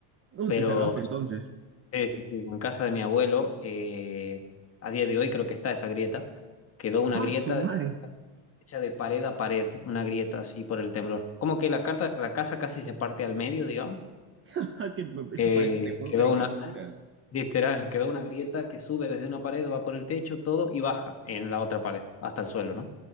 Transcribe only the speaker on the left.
Pero
sí, sí, sí, en casa de mi abuelo, eh, a día de hoy creo que está esa grieta, quedó una
grieta
hecha de pared a pared, una grieta así por el temblor. Como que la, carta, la casa casi se parte al medio, digamos.
Eh,
quedó
una, literal, quedó una grieta que sube desde una pared, va por el techo, todo, y baja en la otra pared, hasta el suelo, ¿no?